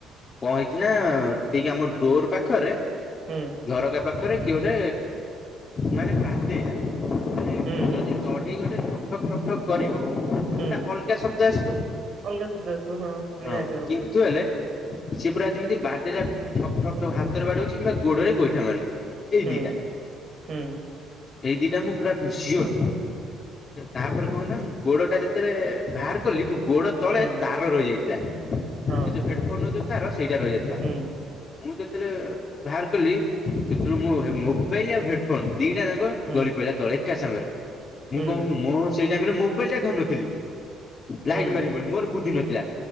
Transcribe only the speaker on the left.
କଣ ହେଇଚି ନା ଟିକେ ଆମ ଡୋର ପାଖରେ
ଝରକା ପାଖ ରେ କିଏ ଗୋଟେ ମାନେ ପାଟେଇଲା ମାନେ
ଯଦି ଚଢେଇ ଗୋଟେ ଠକ୍ ଠକ୍ ଠକ୍ କରିବ।
ଏଟା ଅଲଗା ଶବ୍ଦ ଆସିବ
ହଁ
କିନ୍ତୁ ହେଲେ ସେଏ ପୁରା ଯେମିତି ବାଡେଇଲା ଠକ୍ ଠକ୍ ହାତରେ ବାଡଉଛି କିମ୍ବା ଗୋଡରେ ଗୋଇଠା ମାରୁ ଏଇ
ଦିଇଟା
ଏଇ ଦିଟା ମୁଁ ପୁରା ସିଓର। ତାପରେ କଣ ହେଲା ମୁଁ ଗୋଡଟା ଯେତେବେଳେ ବାହାର କଲି ମୁଁ ଗୋଡ ତଳେ
ତାର ରହିଯାଇଥିଲା ସେ
ଯୋଉ ହେଡଫୋନ ନ ଯୋଉ ତାର ସେଇଟା ରହିଯାଇଥିଲା।
ମୁଁ ଯେତେବେଳେ ବାହାର କଲି ମୋବାଇଲ ଆଉ ହେଡଫୋନ ଦିଟା ଯାକ
ଗଳି ପଡିଲା ତଳେ ଏକା ସାଙ୍ଗରେ, ମୁଁ
କଣ ମୁଁ ସେଇ ଟାଇମରେ ମୋବାଇଲ ଟା ଧରିନଥିଲି
ଲାଇଟ ମାରିବି ବୋଲି ମୋର ବୁଦ୍ଧି ନଥିଲା।